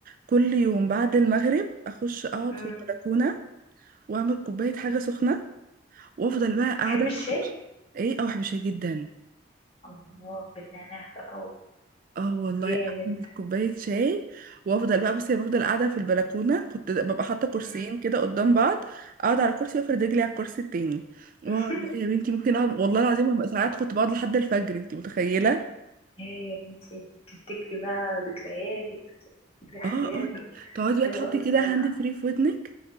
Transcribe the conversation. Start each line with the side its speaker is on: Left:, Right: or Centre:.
Right: كل يوم بعد المغرب اخش اقعد
Left: امم
Right: في البلكونه واعمل كوبايه حاجه سخنه وافضل بقى
Left: بتحبي
Right: قاعده
Left: الشاي
Right: ايه او بشاي جدا
Left: الله بالنعناع بقى
Right: اه والله
Left: جامد
Right: اعمل كوبايه شاي وافضل بقى بصي بفضل قاعده في البلكونه كنت ببقى حاطه كرسيين
Left: امم
Right: كده قدام بعض اقعد على كرسي وافرد رجلي على الكرسي التاني
Left: <laughs>
Right: واقعد بقى يا بنتي ممكن اقعد والله العظيم ببقى ساعات كنت بقعد لحد الفجر انت متخيله
Left: يا يا بنتي تفتكري بقى ذكرياتك تفتكري حاجات
Right: اه اه
Left: <laughs>
Right: تقعدي
Left: حلوة
Right: بقى تحطي
Left: قوي بصراحة
Right: كده هاند فري في ودنك